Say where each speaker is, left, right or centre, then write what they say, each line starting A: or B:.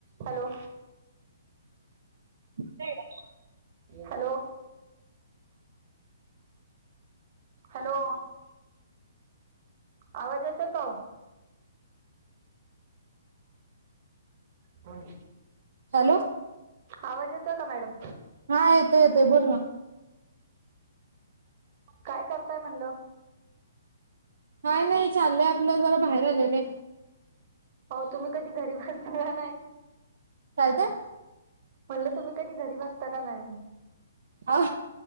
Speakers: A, on the right; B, on the right.
A: Hello.
B: ते <unintelligible>
A: hello. Hello. आवाज येतोय काय? कोण <unintelligible>
B: हॅलो.
A: आवाज येतोय का मॅडम?
B: हा येतोय येतोय बोल ना.
A: काय करताय म्हणल?
B: काही नाही चाललंय आपलं जरा बाहेर आलेलोय.
A: ओ तुम्ही कधी घरी बसता का नाय?
B: काय ते?
A: म्हणलं तुम्ही कधी घरी बसता का नाय.
B: अ